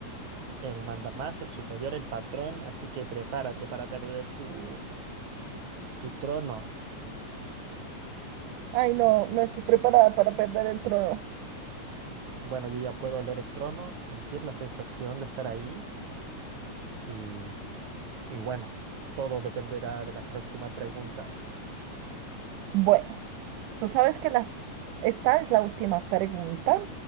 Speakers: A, on the right; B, on the right.
A: el mandamás, el superior, el patrón. Así que prepárate para perder tu, tu trono.
B: Ay, no, no estoy preparada para perder el trono.
A: Bueno, yo ya puedo leer el trono, sentir la sensación de estar ahí. Y, y bueno, todo dependerá de la próxima pregunta.
B: Bueno, tú sabes que las, esta es la última pregunta